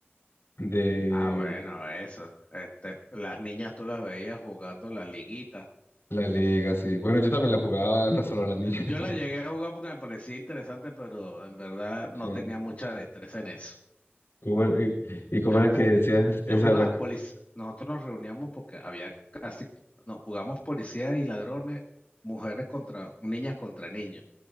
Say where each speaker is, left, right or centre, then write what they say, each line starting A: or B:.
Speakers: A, on the left (about 85°); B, on the left (about 40°).
A: de
B: Ah, bueno, eso. Este, las niñas tú las veías jugando las liguitas.
A: la liga, sí. Bueno, yo también la jugaba, <laughs> no solo las niñas.
B: Yo
A: <laughs>
B: las llegué a jugar porque me parecía interesante, pero en verdad no
A: Sí.
B: tenía mucha destreza en eso.
A: ¿Cómo era- y, y cómo era que
B: Ju-
A: decías esa
B: Yo jugaba
A: de la... ca-
B: policía, nosotros nos reuníamos porque había casi, no, jugamos policía y ladrones, mujeres contra, niñas contra niños,